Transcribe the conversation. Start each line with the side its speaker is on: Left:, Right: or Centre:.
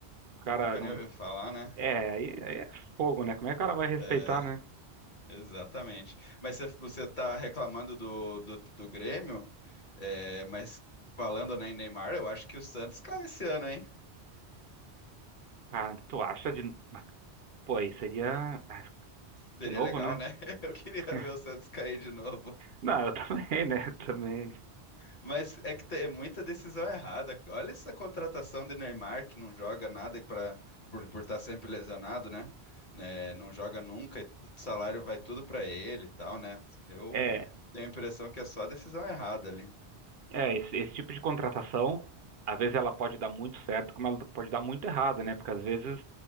Right: cara
Left: nunca
Right: não.
Left: nem ouviu falar, né?
Right: É, aí, aí é fogo, né? Como é que o cara vai respeitar,
Left: É,
Right: né?
Left: exatamente. Mas você, você tá reclamando do, do, do Grêmio, é, mas falando, né, em Neymar, eu acho que o Santos cai esse ano, hein?
Right: Ah, tu acha de. mas, Pô, aí seria. mas,
Left: Seria
Right: De novo,
Left: legal,
Right: né?
Left: né? <laughs> Eu queria
Right: <laughs>
Left: ver o Santos cair de novo.
Right: Não, eu também, né? <laughs> Também.
Left: Mas é que te- é muita decisão errada. Olha essa contratação de Neymar que não joga nada para por por estar sempre lesionado, né? Né, não joga nunca, e o salário vai tudo para ele e tal, né? Eu
Right: É,
Left: tenho a impressão que é só decisão errada ali.
Right: É, esse, esse tipo de contratação, às vezes ela pode dar muito certo, como ela pode dar muito errado, né? Porque às vezes,